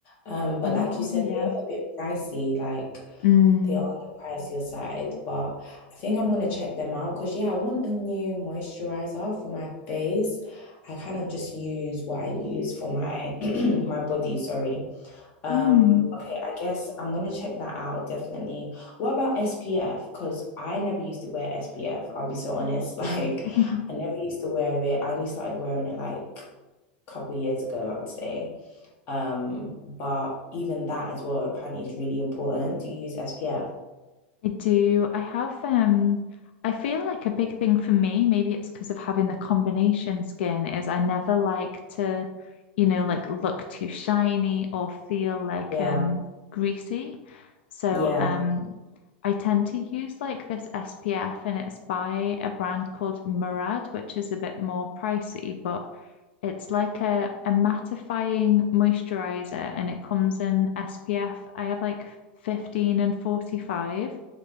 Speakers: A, on the left; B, on the left.
A: Um, but
B: Oh
A: like you said,
B: yeah.
A: they are a bit pricey, like
B: Mm.
A: they are on the pricier side. But I think I'm going to check them out because, yeah, I want a new moisturizer for my face. I kind of just use what I use for my <clears throat> my body, sorry. Um,
B: Mm.
A: okay, I guess I'm gonna check that out definitely. What about SPF? Because I never used to wear SPF, I'll be so honest. <laughs> Like,
B: <laughs>
A: I never used to wear it. I only started wearing it like a couple years ago, I would say. Um, but even that as well apparently is really important. Do you use SPF?
B: I do. I have um I feel like a big thing for me, maybe it's because of having the combination skin, is I never like to, you know, like look too shiny or feel like
A: Yeah,
B: um greasy. So
A: yeah,
B: um I tend to use like this SPF and it's by a brand called Murad, which is a bit more pricey, but it's like a, a mattifying moisturizer and it comes in SPF. I have like 15 and 45.